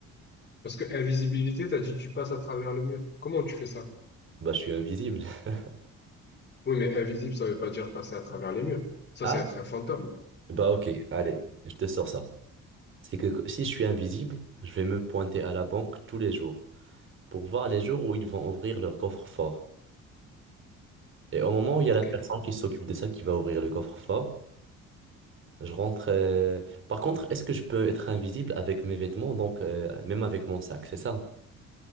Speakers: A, on the left; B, on the right.
A: Parce que invisibilité, t'as dit que tu passes à travers le mur. Comment tu fais ça?
B: Bah, je suis invisible. <laughs>
A: Oui, mais invisible, ça veut pas dire passer à travers les murs. Ça,
B: Ah,
A: ça va être un fantôme.
B: bah ok, allez, je te sors ça. C'est que si je suis invisible, je vais me pointer à la banque tous les jours pour voir les jours où ils vont ouvrir leur coffre-fort. Et au moment où il
A: Ok.
B: y a la personne qui s'occupe de ça qui va ouvrir le coffre-fort, je rentre. euh, Par contre, est-ce que je peux être invisible avec mes vêtements, donc euh, même avec mon sac, c'est ça?